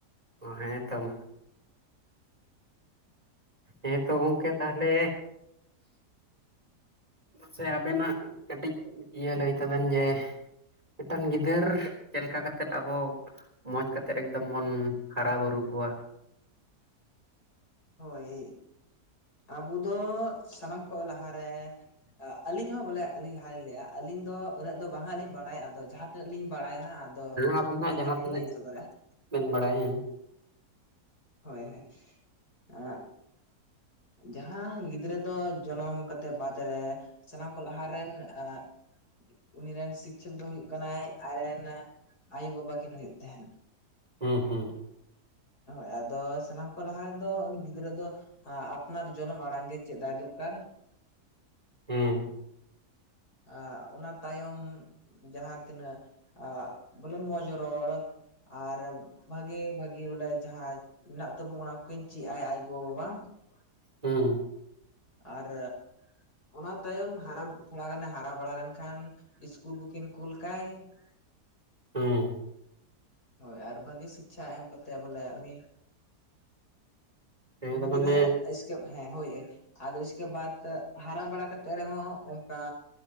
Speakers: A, on the right (about 20°); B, on the left (about 65°).
A: ᱚ ᱦᱮᱸ ᱛᱚ ᱢᱟ ᱦᱮᱸ ᱛᱚ ᱜᱚᱝᱠᱮ ᱛᱟᱦᱚᱞᱮ ᱢᱟᱥᱮ ᱟᱵᱮᱱᱟᱜ ᱠᱟᱹᱴᱤᱡ ᱤᱭᱟᱹ ᱞᱟᱹᱭ ᱛᱟᱵᱮᱱ ᱡᱮ ᱢᱤᱫᱴᱟᱱ ᱜᱤᱫᱟᱹᱨ ᱪᱮᱫ ᱞᱮᱠᱟ ᱠᱟᱛᱮᱫ ᱟᱵᱚ ᱢᱚᱸᱡᱽ ᱠᱟᱛᱮᱜ ᱮᱠᱫᱚᱢ ᱵᱚᱱ ᱦᱟᱨᱟ ᱵᱩᱨᱩ ᱠᱚᱣᱟ᱾
B: ᱦᱳᱭ ᱟᱵᱚ ᱫᱚ ᱥᱟᱱᱟᱢ ᱠᱷᱚᱱ ᱞᱟᱦᱟᱨᱮ ᱟᱹᱞᱤᱧ ᱦᱚᱸ ᱵᱚᱞᱮ ᱟᱹᱞᱤᱧ ᱞᱟᱦᱟ ᱞᱤᱧ ᱞᱟᱹᱭᱟ ᱟᱹᱞᱤᱧ ᱫᱚ ᱩᱱᱟᱹᱜ ᱫᱚ ᱵᱟᱝ ᱞᱤᱧ ᱵᱟᱰᱟᱭᱟ ᱟᱫᱚ ᱡᱟᱦᱟᱸ ᱛᱤᱱᱟᱹᱜ ᱞᱤᱧ ᱵᱟᱲᱟᱭᱟ ᱦᱟᱸᱜ ᱟᱫᱚ
A: ᱟᱵᱚᱱᱟᱜ
B: ᱚᱱᱟᱜᱮ
A: ᱡᱟᱦᱟᱸ
B: ᱦᱟᱸᱜ ᱞᱤᱧ
A: ᱛᱤᱱᱟᱹᱜ
B: ᱞᱟᱹᱭ ᱥᱚᱫᱚᱨᱟ
A: ᱵᱮᱱ ᱵᱟᱲᱟᱭ?
B: ᱦᱳᱭ ᱦᱳᱭ <unintelligible> ᱡᱟᱦᱟᱸ ᱜᱤᱫᱽᱨᱟᱹ ᱫᱚ ᱡᱚᱱᱚᱢ ᱠᱟᱛᱮᱫ ᱵᱟᱫ ᱨᱮ ᱥᱟᱱᱟᱢ ᱠᱚ ᱞᱟᱦᱟᱨᱮᱱ ᱟᱜ ᱩᱱᱤ ᱨᱮᱱ ᱥᱤᱠᱪᱷᱚᱠ ᱫᱚᱭ ᱦᱩᱭᱩᱜ ᱠᱟᱱᱟᱭ ᱟᱡᱨᱮᱱ ᱟᱭᱳ- ᱵᱟᱵᱟ ᱠᱤᱱ ᱦᱩᱭᱩᱜ ᱛᱟᱦᱮᱸᱱ᱾
A: ᱦᱩᱸ ᱦᱩᱸ
B: ᱦᱳᱭ ᱟᱫᱚ ᱥᱟᱱᱟᱢ ᱠᱚ ᱞᱟᱦᱟ ᱨᱮᱫᱚ ᱜᱤᱫᱽᱨᱟᱹ ᱫᱚ ᱟᱜ ᱟᱯ ᱡᱚᱱᱚᱢ ᱟᱲᱟᱝ ᱜᱮ ᱪᱮᱫᱟᱜ ᱫᱚᱨᱠᱟᱨ
A: ᱦᱮᱸ
B: ᱟ ᱚᱱᱟ ᱛᱟᱭᱚᱢ ᱡᱟᱦᱟᱸ ᱛᱤᱱᱟᱹᱜ ᱵᱚᱞᱮ ᱢᱚᱡᱽ ᱨᱚᱲ ᱟᱨ ᱵᱷᱟᱜᱮ- ᱵᱷᱟᱜ ᱜᱮ ᱵᱚᱞᱮ ᱡᱟᱦᱟᱸ ᱢᱮᱱᱟᱜ ᱛᱟᱵᱚ ᱚᱱᱟ ᱠᱤᱱ ᱪᱮᱫ ᱟᱭ ᱟᱡ ᱜᱚ-ᱵᱟᱵᱟ
A: ᱦᱩᱸ
B: ᱟᱨ ᱚᱱᱟ ᱛᱟᱭᱚᱢ ᱦᱟᱨᱟ ᱛᱷᱚᱲᱟ ᱜᱟᱱᱮ ᱦᱟᱨᱟ ᱵᱟᱲᱟ ᱞᱮᱱᱠᱷᱟᱱ ᱤᱥᱠᱩᱞ ᱠᱚᱠᱤᱱ ᱠᱩᱞ ᱠᱟᱭ᱾
A: ᱦᱮᱸ
B: ᱦᱳᱭ ᱟᱨ ᱵᱷᱟᱹᱜᱤ ᱥᱤᱠᱪᱷᱟ ᱮᱢ ᱠᱟᱛᱮ ᱵᱚᱞᱮ ᱩᱱᱤ
A: ᱦᱮᱸ ᱫᱚ
B: ᱜᱤᱫᱽᱨᱟᱹ
A: ᱢᱟᱱᱮ
B: ᱥᱠᱮᱯ ᱦᱮ ᱦᱚᱭ ᱟᱫᱚ ᱥᱠᱮᱯ ᱵᱟᱫ ᱛᱮ ᱦᱟᱨᱟ ᱵᱟᱲᱟ ᱠᱟᱛᱮᱫ ᱨᱮᱦᱚᱸ ᱚᱱᱠᱟ